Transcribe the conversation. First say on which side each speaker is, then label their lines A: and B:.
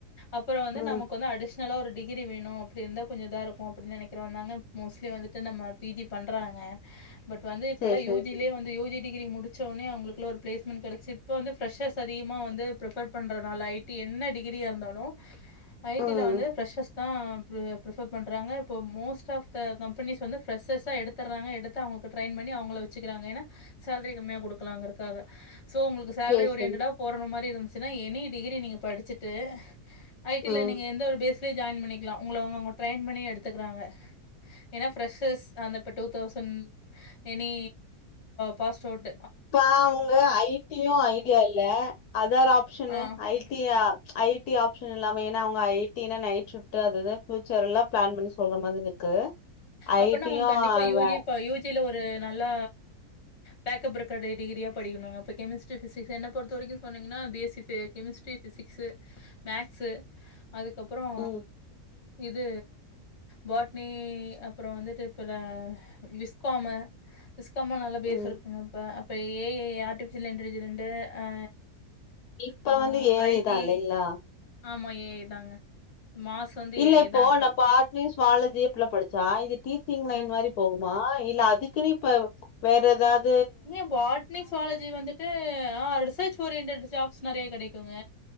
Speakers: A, on the left; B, on the left.
A: அப்புறம் வந்து
B: ம்
A: நமக்கு வந்து அடிஷ நல்லா ஒரு டிகிரி வேணும் அப்படி இருந்தா கொஞ்சம் இதான் இருக்கும் அப்படின்னு நினைக்கிறவங்க தாங்க மோஸ்ட்லி வந்துட்டு நம்ம பிஜி பண்றாங்க பட் வந்து இப்பெலாம்
B: சேரி சேரி
A: யூஜிலயே வந்துயூஜி டிகிரி முடிச்ச உடனே அவங்களுக்குள்ள ஒரு பிளேஸ்மென்ட் கிடைச்ச இப்ப வந்து ஃபிரஷர்ஸ் அதிகமா வந்து பிரிப்பர் பண்றதுனால ஐடி என்ன டிகிரியா இருந்தாலும் ஐடில
B: ம்
A: வந்து ஃபிரசர்ஸ் தான் ப்ரிப்பர் பண்ணுறாங்க இப்போ மோஸ்ட் ஆஃப் த கம்பெனிஸ் வந்து ஃப்ரெஷர்ஸா எடுத்துடுறாங்க எடுத்து அவங்க ட்ரெயின் பண்ணி அவங்கள வச்சுக்கிறாங்க ஏன்னா சேலரி கம்மியா கொடுக்கலாம்ங்கரக்காக சோ உங்களுக்கு சேலரி
B: சேரி
A: ஒரியன்டடா
B: சேரி
A: போடற மாரி எதுனா எனி டிகிரி நீங்க படிச்சுட்டு ஐ டில
B: ம்
A: நீங்க எந்த ஒரு பேஸ் ஜாயின் பண்ணிக்கலா உங்கங்ல அவுங்கங்க ட்ரெயின் பண்ணி எடுத்துக்கிறாங்க ஏன்னா பிரெஷ்ஷர்ஸ் அந்த இப்போ டூ தசண்ட் எனி பாஸ்டவுட்
B: இப்ப அவங்க ஐ டியும் ஐடியா இல்ல அதர் ஆப்ஷன்ன
A: ஆ.
B: ஐ டிய ஐ டி ஆப்ஷன் இல்லாம ஏன்னா அவங்க ஐ டினா நைட் ஷிப்ட் அது இது பியூட்டர் எல்லா பிளான் பண்ணி சொல்லுற மாரி இருக்கு
A: அப்பனா
B: ஐ டியு
A: அவங் கண்டிப்பா யூ
B: வே
A: ஜி ப யூ ஜி யூ ஜில்ல ஒரு நல்லா பேக்கப் இருக்க டிகிரியாக படிக்கணுங்க இப்போ கெமிஸ்ட்ரி ஃபிசிக்ஸ் என்ன பொறுத்த வரைக்கு சொன்னீங்கன்னா B S C chemistry physics maths அதுக்கப்ரோ
B: ம்
A: இது பாட்னி அ ப்பறம் வந்துட்டு இப்பல விஸ்காமு விஸ்கமூ நல்ல பேஸ்
B: ம்
A: இருக்கு இப்ப இப்போ ஏ ஐ ஆர்ட்டிஃபிஷியல் இன்டலிஜென்ட் ஆ
B: இப்ப
A: ஆ
B: வந்து ஏ
A: ஐடி
B: ஐ தா இல்லைங்ளா
A: ஆமா ஏ ஐ தாங்க மாஸ் வந்து
B: இல்ல
A: ஏஐ
B: இப்போ
A: தா இப்ப
B: நா பாட்னிஸ் காலேஜ்ஜூ இப்பிட்ல்லா படிச்சா இதுப் டீச்சி்ங் லைன்
A: ஆ
B: மாறி போகு மா இல்ல அதுக்குன்னே இப்ப வேற ஏதாவ
A: ஏ பாட்னி ஸுவாலஜி வந்துட்டு ஆ ரிசர்ச் ஓரியன்டட் ஜாப்ஸ் நெறைய கெடைக் க்குங்க